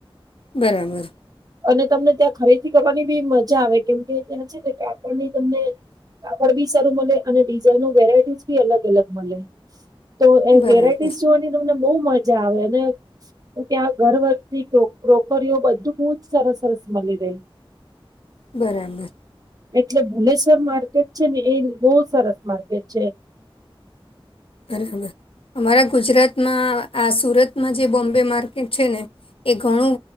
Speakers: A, on the left; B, on the right.
A: બરાબર.
B: અને તમને ત્યાં ખરીદી કરવાની બી મજા આવે. કેમ કે ત્યાં છે ને કાપડની તમને કાપડ બી સારું મલે, અને ડિઝાઇનો વેરાઈટીસ બી અલગ અલગ મલે. તો એ
A: બરાબર
B: વેરાઈટીસ જોવાની તમને બહુ મજા આવે. અને ત્યાં ઘર વખરી ક્રોકરીઓ બધું બ સરસ સરસ મલી રહે
A: બરાબર.
B: એટલે ભુલેશ્વર માર્કેટ છે ને એ બહુ સરસ માર્કેટ છે.
A: અરે ખબર અમારા ગુજરાતમાં આ સુરતમાં જે બોમ્બે માર્કેટ છે ને એ ઘણું